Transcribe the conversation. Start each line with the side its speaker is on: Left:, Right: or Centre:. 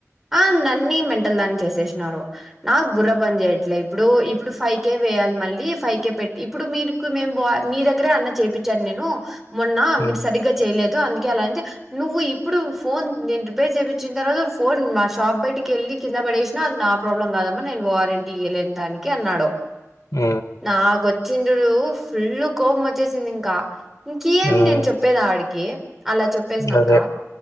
Centre: ఆ నన్నీ మెంటల్ దాన్ని చేసేషినారు నాక్ బుర్ర పన్ జేయట్లే ఇప్పుడూ ఇప్పుడు ఫైవ్ కే వేయాలి మళ్ళీ ఫైవ్ కే పెట్ ఇప్పుడు మీరుకు మేం బా మీ దగ్గరే అన్న చేపిచ్చాన్ నేనూ మొన్నా
Left: హ్మ్.
Centre: మీర్ సరిగ్గా చేయలేదు అందుకే అలా అయింద్ జెప్ నువ్వు ఇప్పుడు ఫోన్ నేన్ రిపేర్ చేచిన తర్వాత ఫోన్ మా షాప్ బయటికి వెళ్ళి కింద పడేసి నాది నా ప్రాబ్లం కాదమ్మా నేను వారెంటీ ఇయ్యలేను దానికి అన్నాడు
Left: ఊ
Centre: నాకొచ్చిందిడు ఫుల్లు కోపమొచ్చేసిందికా ఇంకేం
Left: హ్మ్.
Centre: నేను చెప్ ప్పేది ఆడికి అలా చెప్పేసినంక
Left: అదే.